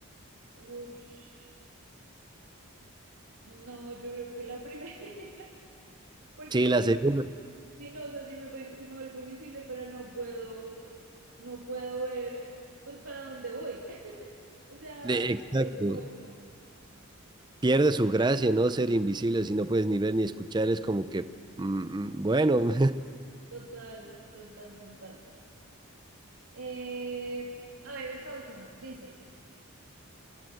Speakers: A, on the right; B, on the right.
A: Ush. No, yo creo que la primera, <laughs> porque
B: Sí, la segunda.
A: Sí, no, o sea, sí me, voy- sí me vuelvo invisible, pero no puedo, no puedo ver, pues, para dónde voy. <laughs> O sea,
B: de-
A: ¿a
B: exacto.
A: dónde voy?
B: Pierde su gracia, ¿no? Ser invisible si no puedes ni ver ni escuchar es como que, mm, mm, bueno,
A: Total, total, total. Eh, a ver, esta última. Dice,